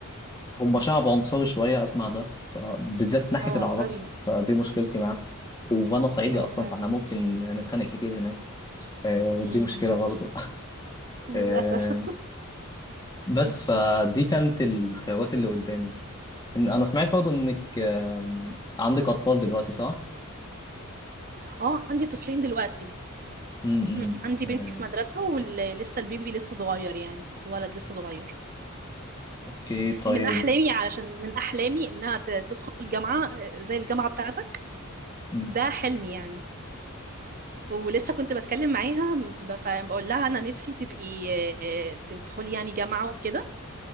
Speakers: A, on the left (about 20°); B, on the right (about 40°).
A: هم شعب عنصري شويه اسمع ده ف- بالذات ناحيه
B: اه
A: العرب
B: قوي
A: فدي مشكلتي معاه وانا صعيدي
B: اه
A: اصلا
B: فعلا
A: فاحنا ممكن نتخانق كتير هناك آه،
B: مم.
A: دي مشكله
B: مم.
A: برضه <laughs>
B: للاسف
A: آه، بس
B: <laughs>
A: فدي كانت الخيارات اللي قدامي إن- انا سمعت برضه انك آم، عندك اطفال دلوقتي صح؟
B: اه عندي طفلين دلوقتي
A: امم
B: <clears throat> مم. عندي
A: آه،
B: بنتي في مدرسة ولسه البيبي لسه صغير يعني الولد لسه صغير
A: اوكي طيب
B: من أحلامي علشان من أحلامي إنها ت- تدخل الجامعة آه، زي الجامعة بتاعتك
A: م-
B: ده حلمي يعني ولسه كنت بتكلم معاها ب- ف- بقول لها انا نفسي تبقي آه، تدخلي يعني جامعه وكده